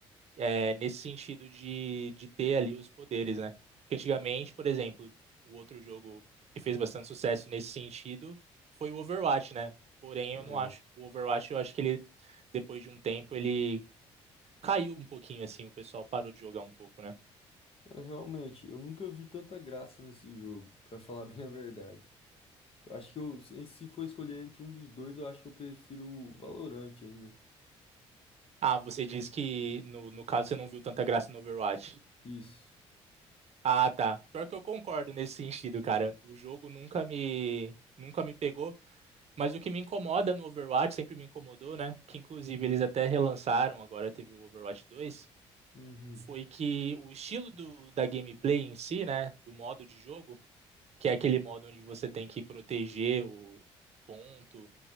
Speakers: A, on the right; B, on the left.
A: é, nesse sentido de, de ter ali os poderes, né? Porque antigamente, por exemplo, o outro jogo que fez bastante sucesso nesse sentido foi o Overwatch, né? Porém,
B: É,
A: eu não acho que o Overwatch, eu acho que ele, depois de um tempo, ele caiu um pouquinho, assim, o pessoal parou de jogar um pouco, né?
B: é, realmente, eu nunca vi tanta graça nesse jogo, para falar <laughs> bem a verdade. Eu acho que eu, se se for escolher entre um dos dois, eu acho que eu prefiro o Valorant ainda.
A: Ah, você diz que no, no caso você não viu tanta graça no Overwatch.
B: Isso.
A: Ah, tá. Pior que eu concordo nesse sentido, cara. O jogo nunca me, nunca me pegou. Mas o que me incomoda no Overwatch, sempre me incomodou, né? Que inclusive eles até relançaram, agora teve o Overwatch 2,
B: Uhum.
A: foi que o estilo do, da gameplay em si, né? Do modo de jogo, que é aquele modo onde você tem que proteger o ponto,